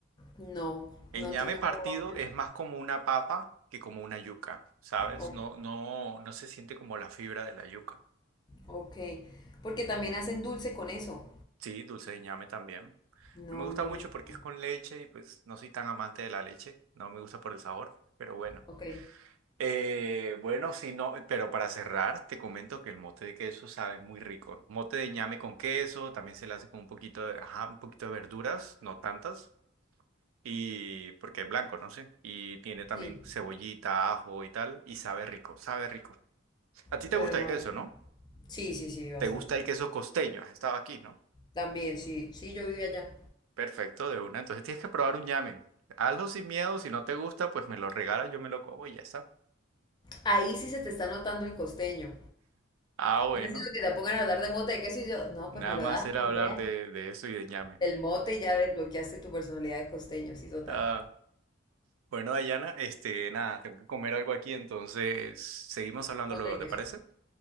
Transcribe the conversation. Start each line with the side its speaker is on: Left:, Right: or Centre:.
Left: No,
Right: El
Left: no, entonces
Right: ñame partido
Left: no probaba ñame.
Right: es más como una papa que como una yuca, ¿sabes?
Left: Ok,
Right: No, no, no se siente como la fibra de la yuca.
Left: ok. Porque también hacen dulce con eso.
Right: Sí, dulce de ñame también.
Left: No,
Right: No me gusta
Left: nunca.
Right: mucho porque es con leche y pues no soy tan amante de la leche. No me gusta por el sabor, pero bueno.
Left: Ok,
Right: Eh, bueno, sí, no, pero para cerrar, te comento que el mote de queso sabe muy rico. Mote de ñame con queso, también se le hace con un poquito de, ajá, un poquito de verduras, no tantas. Y porque es blanco, no sé. Y tiene también
Left: sí.
Right: cebollita, ajo y tal. Y sabe rico, sabe rico. A ti
Left: Bueno,
Right: te gusta el
Left: vale.
Right: queso, ¿no?
Left: Sí, sí, sí, bastante.
Right: Te gusta el queso costeño. Has estado aquí, ¿no?
Left: También, sí, sí, yo vivía allá.
Right: Perfecto, de una. Entonces tienes que probar un llamen. Hazlo sin miedo. Si no te gusta, pues me lo regala, yo me lo como y ya está.
Left: Ahí sí se te está notando el costeño.
Right: Ah, bueno.
Left: No es sino que te pongan a hablar de mote de queso y yo, no,
Right: Nada
Left: pues me lo
Right: más
Left: das,
Right: era
Left: man,
Right: hablar
Left: ¿qué?
Right: de, de eso y de ñame.
Left: Del mote y ya desbloqueaste tu personalidad de costeño, sí, total.
Right: Ah, bueno, Dayana, este, nada, tengo que comer algo aquí, entonces seguimos hablando
Left: Mote
Right: luego,
Left: de
Right: ¿te
Left: queso.
Right: parece?